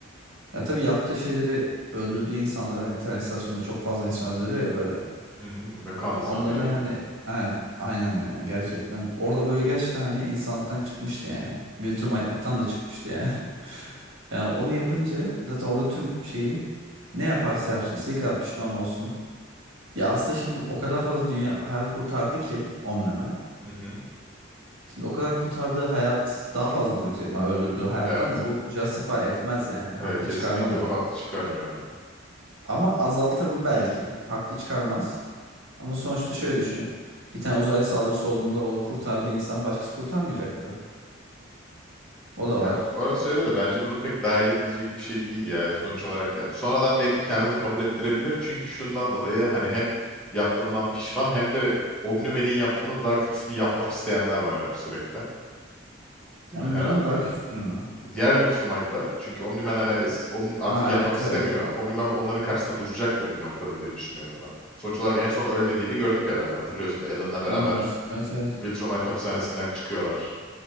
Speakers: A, on the right (about 80°); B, in the centre.
A: Ya tabii yaptığı şeyleri öldürdüğü insanları hani tren istasyonunda çok fazla insan öldürüyor ya böyle.
B: Hı hı. Ne kanlı sahneydi
A: Onları hani
B: ya.
A: ha, aynen yani gerçekten. Orada böyle gerçekten hani insanlıktan çıkmıştı yani. Viltrumaytlıktan da çıkmıştı yani. <laughs> Ya onu yapınca zaten orada tüm şeyi ne yaparsa yapsın istediği kadar pişman olsun. Ya aslında şimdi o kadar fazla dünya hayat kurtardı ki omni
B: Hı hı.
A: Şimdi o kadar kurtardığı hayat daha fazladır yüksek ihtimal öldürdüğü hayattan
B: Evet.
A: da bu justify etmez yani. Haklı
B: Evet kesinlikle
A: çıkarmaz onu.
B: bu haklı çıkarmıyor ana.
A: Ama azaltır mı belki. Haklı çıkarmaz. Ama sonuçta şöyle düşün. Bir tane uzaylı saldırısı olduğunda o kurtardığı insan başkası kurtarmayacaktı. O da
B: Ya
A: var.
B: orası öyle de bence bunu pek dahil edilecek bir şey değil ya sonuç olarak ya. Sonradan belki kendini kabul ettirebilir çünkü şundan dolayı hani hem yaptığından pişman hem de Omnimen'in yaptığının daha kötüsünü yapmak isteyenler var hep sürekli. Yani
A: Onun
B: herhalde.
A: daha üstünü mü?
B: Diğer Viltrumite'lar çünkü Omnimen hani eski, onu artık
A: Ha
B: yapmak
A: evet
B: istemiyor.
A: evet.
B: Omnimen bu- onların karşısında duracaktır bir noktada diye düşünüyorum ben. Sonuç olarak en son ölmediğini gördük herhalde. Hatırlıyorsun Alan'la beraber
A: Evet evet. evet.
B: Viltrumite hapishanesinden çıkıyorlar.